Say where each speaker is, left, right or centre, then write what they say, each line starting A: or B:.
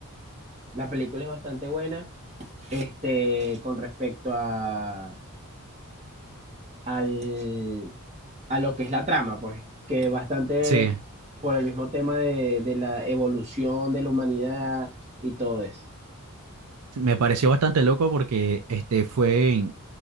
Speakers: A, on the right; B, on the right.
A: La película es bastante buena, este, con respecto a, al, a lo que es la trama, pues, que bastante
B: Sí,
A: por el mismo tema de, de la evolución de la humanidad y todo eso.
B: me pareció bastante loco porque este fue en-